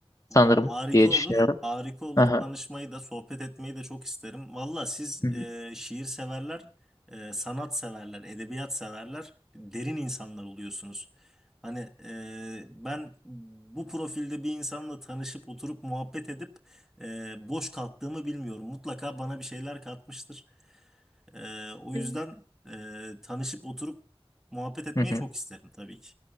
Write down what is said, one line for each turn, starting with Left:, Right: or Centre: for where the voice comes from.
Left: sanırım
Centre: V- Harika
Left: diye
Centre: olur.
Left: düşünüyorum.
Centre: Harika olur.
Left: Aha.
Centre: Tanışmayı da, sohbet etmeyi de çok isterim. Valla siz
Left: Hı
Centre: e,
Left: hı.
Centre: şiir severler, e, sanat severler, edebiyat severler, derin insanlar oluyorsunuz. Hani e, ben bu profilde bir insanla tanışıp oturup muhabbet edip e, boş kalktığımı bilmiyorum. Mutlaka bana bir şeyler katmıştır. E, o
Left: E,
Centre: yüzden e, tanışıp oturup muhabbet etmeyi
Left: Hı hı.
Centre: çok isterim tabii ki.